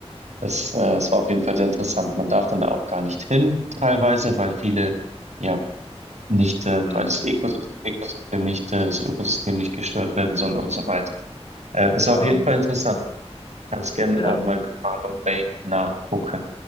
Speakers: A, on the right (about 85°); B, on the left (about 50°).
A: das, äh, es war auf jeden Fall sehr interessant. Man darf dann da auch gar nicht hin, teilweise, weil viele, ja, nicht, äh,
B: mhm.
A: weil das Ökosystem, Ökosystem nicht, äh, das Ökosystem nicht gestört werden soll und so weiter. Äh, ist
B: Ja,
A: auf jeden Fall interessant. Kannst gerne
B: ja.
A: auch mal Carlum Bay nachgucken.